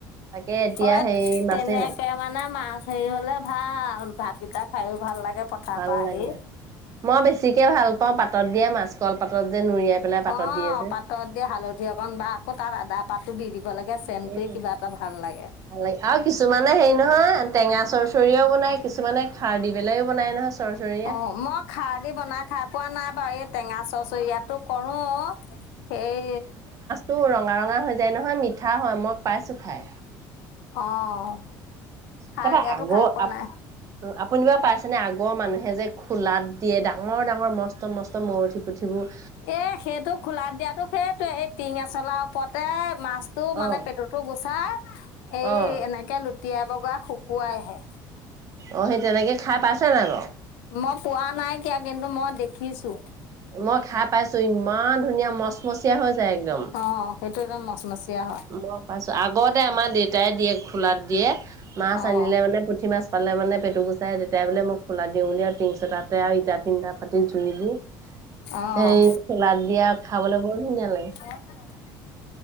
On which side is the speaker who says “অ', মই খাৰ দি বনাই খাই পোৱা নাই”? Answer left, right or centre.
Left